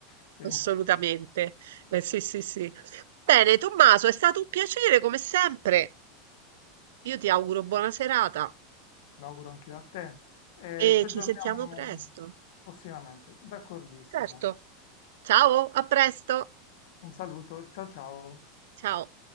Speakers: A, on the left (about 65°); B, on the right (about 75°).
A: sì,
B: assolutamente. Eh, sì, sì, sì. Bene, Tommaso, è stato un piacere come sempre. Io ti auguro buona serata.
A: l'auguro anch'io a te. Eh,
B: E
A: ci
B: ci
A: aggiorniamo
B: sentiamo presto.
A: prossimamente, d'accordissimo.
B: Certo. Ciao, a presto.
A: Un saluto, ciao ciao.
B: Ciao.